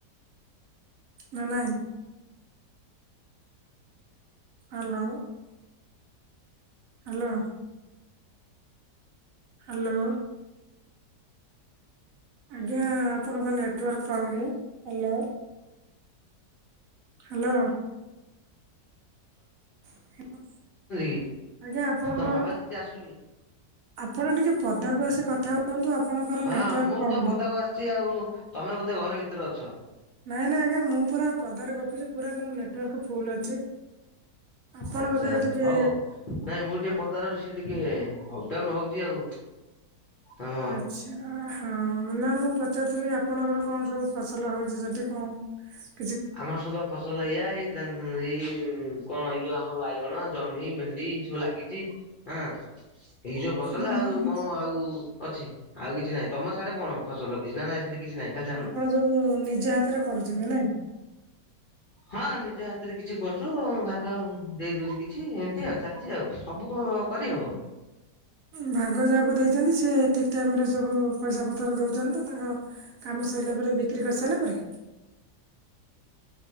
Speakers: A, on the right (about 65°); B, on the left (about 65°).
A: ନା ନାଇଁ? ହାଲୋ। ହାଲୋ। ହାଲୋ। ଆଜ୍ଞା, ଆପଣଙ୍କ ନେଟୱାର୍କ ପାଉନି? ହାଲୋ। ହାଲୋ। ହ। <unintelligible>
B: କି
A: ଆଜ୍ଞା ଆପଣଙ୍କ
B: ତମ ଆବାଜ କିଛି ଆସୁନି
A: ଆପଣ ଟିକେ ପଦାକୁ ଆସି କଥା ହୁଅନ୍ତୁ, ଆପଣଙ୍କର
B: ହଁ
A: ନେଟୱାର୍କ
B: ମୁଁ
A: ପାଉନି।
B: ତ ପଦାକୁ ଆସିଛି ଆଉ ତମେ ବୋଧେ ଘରେ ଭିତରେ ଅଛ?
A: ନାଇଁ ନାଇଁ ଆଜ୍ଞା, ମୁଁ ପୁରା ପଦାରେ ଗପୁଛି ପୁରା ମୋର ନେଟୱର୍କ ଫୁଲ ଅଛି। ଆପଣ
B: ଆଛା,
A: ବୋଧେ ଟିକେ
B: ହଉ ନାଇଁ ମୁଁ ଟିକେ ପଦାର ର ସେ ଟିକେ ଟେ ଅପଡାଉନ ହଉଛି ଆଉ ଆମ
A: ଆଛା, ହଁ ନା ମୁଁ ପଚାରୁଥିଲି ଆପଣଙ୍କର କଣ ସବୁ ଫସଲ ହଉଛି ସେଠି? ଦେ କ <unintelligible>
B: ଆମର ସବା ଫସଲ ଏଇଆ ଏଇ ଏଇ କଣ ଏଇ ଯଉ ଆମର ବାଇଗଣ, ଜହ୍ନି, ଭେଣ୍ଡି, ସବୁ ଲାଗିଛି ହାଁ ଏଇ ସବୁ ଫସଲ
A: ହଁ
B: ଆଉ କଣ ଆଉ ଅଛି, ଆଉ କିଛି ନାହିଁ। ତମ ସାଡେ କଣ ଫସଲ କିଛି ନା ନାଇ ସେଇଠି କିଛି ନାଇଁ, ଖାଲି ଧାନ
A: ଆପଣ ସବୁ ନିଜ ହାତରେ କରୁଛନ୍ତି ନାଇଁ?
B: ହଁ ନିଜ ହାତରେ କିଛି କରଛୁ, ଭାଗ ଦେଇ ଦଉଛି କିଛି, ଏମିତି ଆଉ ଚାଲିଛି ଆଉ ସବୁ କଣ କରିହବ?
A: ଭାଗ ଯାହାକୁ ଦେଇଛନ୍ତି ସେ ଠିକ ଟାଇମ ରେ ସବୁ ପଇସା ପତ୍ର ଦଉଛନ୍ତି ତ? ତାଙ୍କ କାମ ସରିଲା ପରେ ବିକ୍ରି କରିସାରିଲା ପରେ,